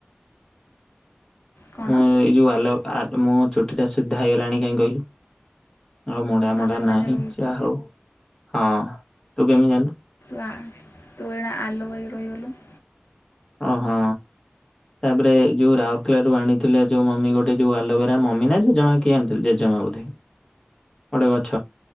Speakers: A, on the left; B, on the left.
A: କ'ଣ
B: ମୁଁ ଏଇ ଯୋଉ ଆଲାଉ ଆ ମୋ ଚୁଟି ଟା ସିଧା ହେଇଗଲାଣି କାହିଁ କହିଲୁ? ଆଉ ମଡା ମଡା
A: ଆଲୋଭେରା
B: ନାହିଁ
A: ଜେଲ୍ କହୁଛୁ
B: ଯ ହଉ ହଁ ତୁ କେମିତି ଜାଣିଲୁ?
A: ବା ତୁ ଏଣେ ଆଲୁ ବହି ରହିଗଲୁ <inaudible>
B: ଓ ହୋ ତାପରେ ଯୋଉ ରାଉରକେଲା ରୁ ଆଣିଥିଲେ ଯୋଉ ମମି ଗୋଟେ ଯୋଉ ଆଲଭେରା ମମି ନା ଜେଜମା କିଏ ଆଣି ଥିଲେ ଜେଜେ ମା। ଗୋଟେ ଗଛ